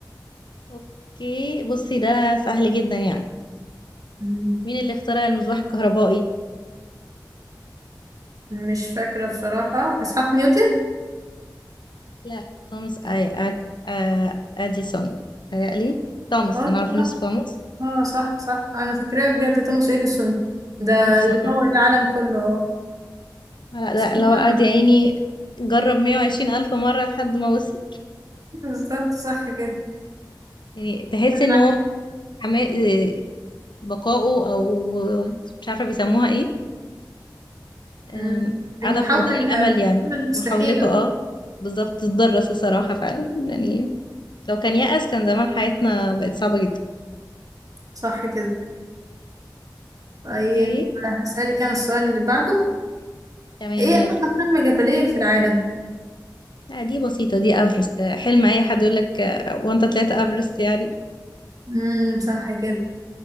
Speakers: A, on the left (about 75°); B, on the right (about 50°).
A: اوكي بصي ده سهل جدا يعني
B: مم،
A: مين اللي اخترع المصباح الكهربائي
B: مش فاكرة بصراحة اسحاق نيوتن
A: لا توماس اي أد... آه، اديسون تهيألي توماس
B: اه
A: انا عارفه
B: صح
A: نفسي توماس
B: اه صح صح انا فاكراه بجد توماس اديسون ده
A: اديسون
B: اللي نور
A: اه
B: العالم كله اه
A: لا ده
B: <laughs>
A: لو قعد يا عيني جرب 120 ألف مرة لحد ما وصل
B: بالظبط صح كده
A: يعني تحس
B: العالم.
A: ان هو حما- آه، بقاؤه او مش عارفة بيسموها ايه آم،
B: مم. المحاولة
A: عدم فقدان الامل
B: المحاولة
A: يعني
B: المستحيلة
A: محاولته اه بالظبط تتدرس الصراحة فعلا يعني لو كان يأس كان زمان حياتنا بقت صعبة جدا
B: صح كده طيب
A: اوكي
B: هسألك أنا السؤال اللي بعده
A: تمام
B: إيه أعلى
A: يلا
B: قمة جبلية في العالم؟
A: لا دي بسيطة دي افرست حلم اي حد يقولك آه، وانت طلعت افرست يعني
B: امم صح كده